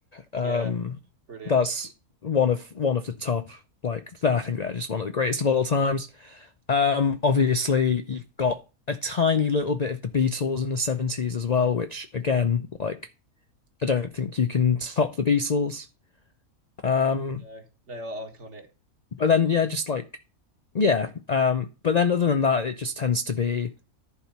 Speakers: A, on the left; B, on the right.
A: Um,
B: Yeah, brilliant.
A: that's one of one of the top. Like, I think they're just one of the greatest of all times. Um, obviously, you've got a tiny little bit of the Beatles in the 70s as well, which again, like, I don't think you can top the Beatles. Um,
B: No, they are iconic. I
A: but then, yeah, just like, yeah. Um, but then, other than that, it just tends to be